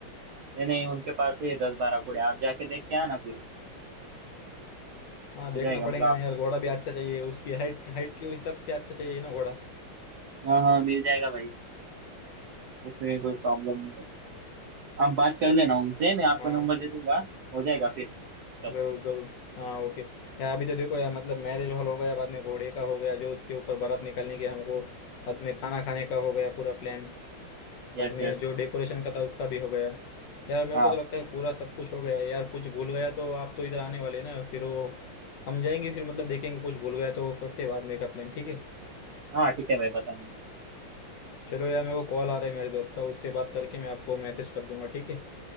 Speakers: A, on the right (about 60°); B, on the left (about 70°).
A: नहीं नहीं उनके पास है दस बारह घोड़े आप जाके देख के आना फिर
B: हाँ
A: हो
B: देखना
A: जाएगा
B: पड़ेगा
A: मतलब आप
B: ना यार घोड़ा भी अच्छा चाहिए उसकी हाइट हाइट के हिसाब से अच्छा चाहिए ना घोड़ा
A: हाँ हाँ मिल जाएगा भाई उसमें कोई प्रॉब्लम नहीं है आप बात कर लेना उनसे मैं आपको
B: हाँ
A: नंबर दे दूंगा हो जाएगा फिर सब
B: जरूर जरूर हाँ ओके यार अभी तो देखो यार मतलब मैरिज हॉल हो गया बाद में घोड़े का हो गया जो उसके ऊपर बारात निकलने की हमको बाद में खाना खाने का हो गया पूरा प्लान
A: Yes
B: बाद में
A: yes
B: जो डेकोरेशन का था उसका भी हो गया यार मेरे
A: हाँ
B: को तो लगता है पूरा सब कुछ हो गया है यार कुछ भूल गया तो आप तो इधर आने वाले हैं ना फिर वो हम जाएंगे फिर मतलब देखेंगे कुछ भूल गया तो वो करते हैं बाद में का प्लान ठीक है
A: हाँ ठीक है भाई बता दूंगा
B: चलो यार मेरे को कॉल आ रहा है मेरे दोस्त का उससे बात करके मैं आपको मैसेज कर दूंगा ठीक है